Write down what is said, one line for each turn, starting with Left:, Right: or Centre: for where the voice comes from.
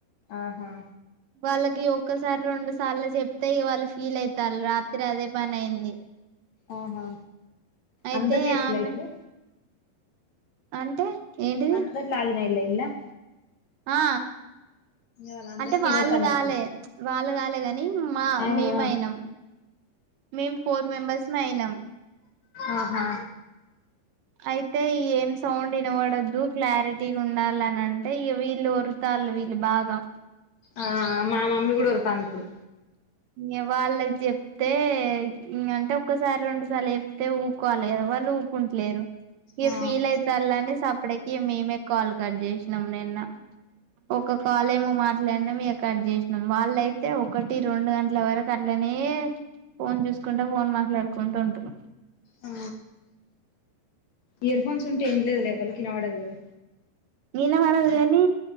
Left: ఆహా
Right: వాళ్ళకి ఒక్కసారి రెండు సార్లు చెప్తే వాళ్ళు ఫీల్ అయితారు రాత్రి అదే పని అయింది
Left: ఆహా
Right: అయితే
Left: అందరూ చేసిరా
Right: ఆమె
Left: ఇప్పుడు
Right: అంటే ఏంటిది
Left: అందరు లాగ్ <unintelligible>
Right: ఆ
Left: వాళ్ళందరికి
Right: అంటే వాళ్ళు
Left: ఇదే పని
Right: కాలే
Left: అయితది
Right: వాళ్ళు కాలే కాని మా
Left: ఆ
Right: మేమయినాం
Left: ఆ
Right: మేము ఫోర్ మెంబర్స్ మే అయినాం
Left: ఆహా
Right: అయితే ఏం సౌండ్ వినవడదు క్లారిటీ ఉండాలని అంటే వీళ్ళు వరుతళు వీళ్ళు బాగా
Left: ఆ మా మమ్మీ కూడా వడతాంది ఇప్పుడు
Right: ఇ వాళ్ళకి చెప్తే అంటే ఒక్కసారి రెండుసార్లు చెప్తే ఊకోవాలి కదా వాళ్ళు ఊకుంటలేరు ఇ
Left: ఆ
Right: ఫీల్ అయితార్లే అని సప్పడెకి మేమే కాల్ కట్ చేసినం నిన్న ఒక కాలేమో మాట లనే మ కట్ చేసినాం వాళ్ళయితే ఒకటి రెండు గంటల వరకు అట్లనే ఫోన్ చూసుకుంటా ఫోన్ మాట్లాడుకుంటూ ఉంటారు
Left: ఆ ఇయర్ఫోన్స్ ఉంటే విన్లేరులే వాళ్ళకి వినపడదు కదా
Right: నిన పడదు కాని